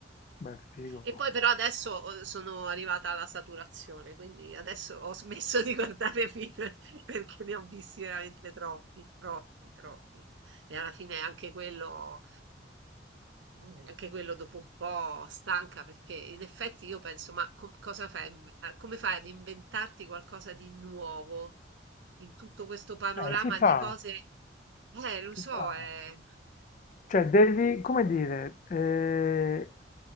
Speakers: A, on the left; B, on the right.
A: beh figo.
B: e poi però adesso ho- sono arrivata alla saturazione, quindi adesso ho smesso di guardare film <laughs> perché ne ho visti veramente troppi, troppi, troppi. E alla fine anche quello, Mm. anche quello dopo un po' stanca perché in effetti io penso, ma com- cosa fai? a inve- a- Come fai ad inventarti qualcosa di nuovo in tutto questo panorama
A: Eh si
B: di
A: fa,
B: cose? Eh, lo
A: si
B: so,
A: fa.
B: eh.
A: Cioè, devi, come dire, eh,